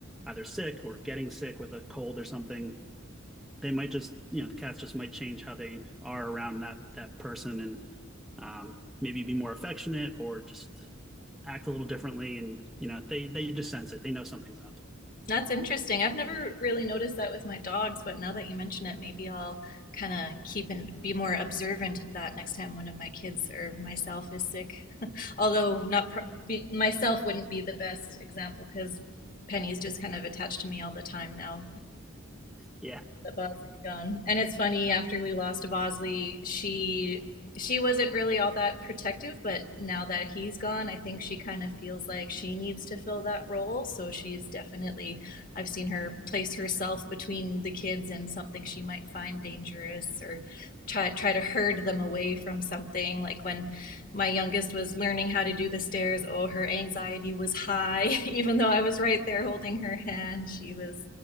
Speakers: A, in the centre; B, on the left.
A: either sick or getting sick with a cold or something they might just you know the cats just might change how they are around that that person and um, maybe be more affectionate or just act a little differently and you know they they just sense it they know something's up
B: That's interesting. I've never really noticed that with my dogs, but now that you mention it, maybe I'll kind of keep and be more observant of that next time one of my kids or myself is sick. <laughs> Although not pr be, myself wouldn't be the best example because Penny's just kind of attached to me all the time now.
A: yeah
B: that Bosley's gone. And it's funny after we lost to Bosley, she she wasn't really all that protective, but now that he's gone, I think she kind of feels like she needs to fill that role. So she's definitely I've seen her place herself between the kids and something she might find dangerous or try try to herd them away from something. Like when my youngest was learning how to do the stairs, oh her anxiety was high, <laughs> even though I was right there holding her hand. She was